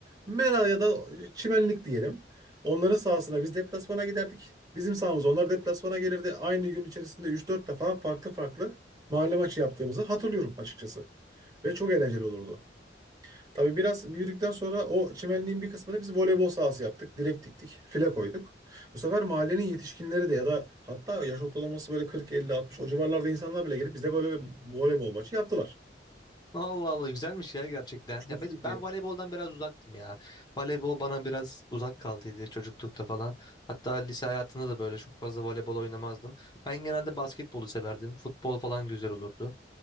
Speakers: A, on the right; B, on the left.
A: mera ya da çimenlik diyelim. Onların sahasına biz deplasmana giderdik. Bizim sahamıza onlar deplasmana gelirdi. Aynı gün içerisinde üç dört defa farklı farklı mahalle maçı yaptığımızı hatırlıyorum açıkçası. Ve çok eğlenceli olurdu. Tabii biraz büyüdükten sonra o çimenliğin bir kısmını biz voleybol sahası yaptık. Direk diktik, file koyduk. Bu sefer mahallenin yetişkinleri de ya da hatta yaş ortalaması böyle 40, 50, 60 o civarlarda insanlar bile gelip bize böyle bir voleybol maçı yaptılar.
B: Allah Allah güzelmiş ya gerçekten.
A: Çok
B: Ya ben,
A: iyiydi
B: ben
A: ya.
B: voleyboldan biraz uzaktım ya. Voleybol bana biraz uzak kaldıydı çocuklukta falan. Hatta lise hayatında da böyle çok fazla voleybol oynamazdım. Ben genelde basketbolu severdim. Futbol falan güzel olurdu.